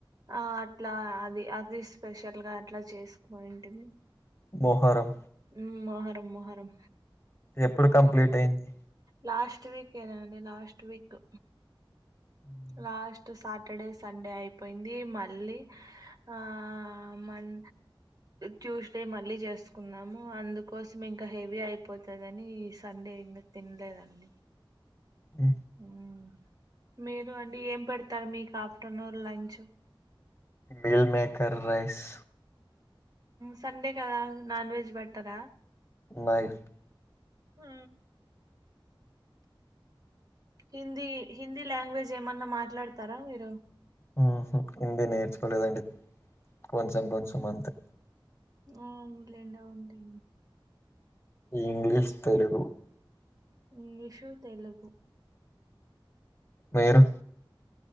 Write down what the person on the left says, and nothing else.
మొహరం
ఎప్పుడు కంప్లీట్ అయింది
ఉ
ఊ
meal maker rice
నైయిఫ్
ఉహు హిందీ నేర్చుకోలేదండి కొంచెం కొంచెం అంతే
ఇంగ్లీష్ తెలుగు
మీరు